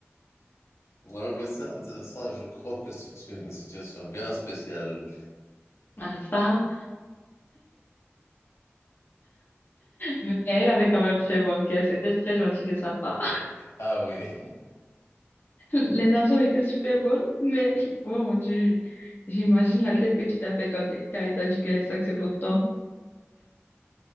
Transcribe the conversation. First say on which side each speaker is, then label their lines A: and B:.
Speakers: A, on the left; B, on the left.
A: Ouais, mais ça, ça, ça, je crois que c'est une situation bien spéciale.
B: Ah, ça. Mais elle avait quand même très bon cœur. C'était très gentil de sa part.
A: Ah oui,
B: L'intention était super bonne, mais oh mon Dieu, j'imagine la tête que tu t'as fait quand t'es- quand elle t'a dit que les sacs c'est pour toi.